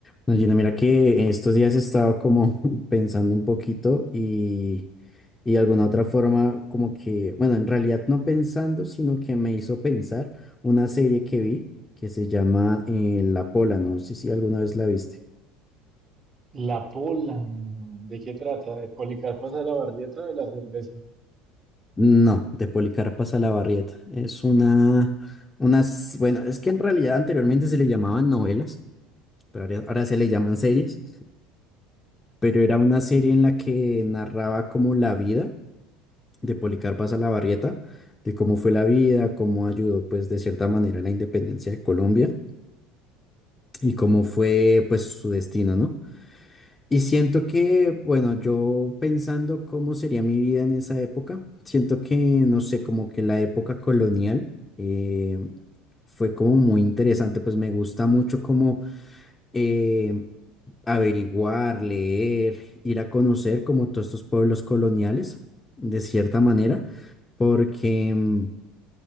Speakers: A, on the left; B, on the right.
A: No, Gina, mira que estos días he estado como <laughs> pensando un poquito y, y de alguna otra forma como que, bueno, en realidad no pensando, sino que me hizo pensar una serie que vi que se llama eh, La Pola, no sé si alguna vez la viste.
B: La Pola. ¿De qué trata? De Policarpo Salabarrieta o de la cerveza.
A: No, de Policarpa Salabarrieta. Es una, unas, bueno, es que en realidad anteriormente se le llamaban novelas, pero ahora ahora se le llaman series, pero era una serie en la que narraba como la vida. de Policarpa Salabarrieta, de cómo fue la vida, cómo ayudó pues de cierta manera a la independencia de Colombia y cómo fue pues su destino, ¿no? Y siento que, bueno, yo pensando cómo sería mi vida en esa época, siento que, no sé, como que la época colonial eh, fue como muy interesante, pues me gusta mucho como eh, averiguar, leer, ir a conocer como todos estos pueblos coloniales, de cierta manera, porque, mm,